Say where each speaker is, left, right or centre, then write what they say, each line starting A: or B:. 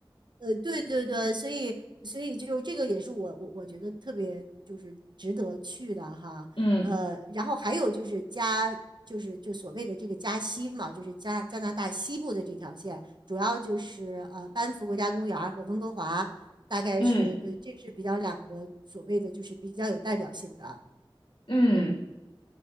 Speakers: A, on the right; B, on the left.
A: 呃，对对对，所以所以就这个也是我我我觉得特别就是值得去的哈。
B: <laughs> 嗯
A: 呃，然后还有就是加就是就所谓的这个加西嘛，就是加加拿大西部的这条线，主要就是呃班夫国家公园儿和温哥华，大概是呃这是比较两个所谓的就是比较有代表性的。
B: 嗯，嗯